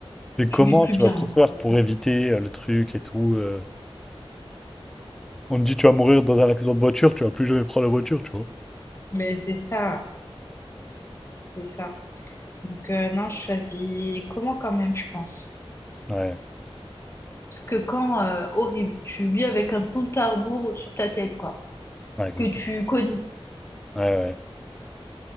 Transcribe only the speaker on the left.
Tu vis plus
bien,
en
fait.
Mais c'est ça, c'est ça. Donc euh, non, je choisis comment quand même, je pense.
Parce que quand, euh, horrible, tu vis avec un compte à rebours au-dessus de ta tête, quoi.
Que tu connais.